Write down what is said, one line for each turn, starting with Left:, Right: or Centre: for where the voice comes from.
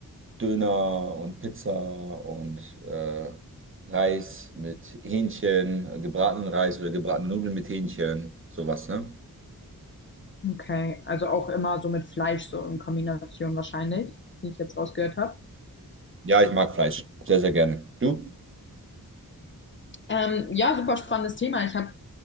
Right: Döner und Pizza und äh, Reis mit Hähnchen, gebratenen Reis oder gebratene Nudeln mit Hähnchen, sowas, ne?
Left: Okay, also auch immer so mit Fleisch, so in Kombination wahrscheinlich, wie ich jetzt rausgehört habe.
Right: Ja, ich mag Fleisch, sehr, sehr gerne. Du?
Left: Ähm, ja, super spannendes Thema. Ich habe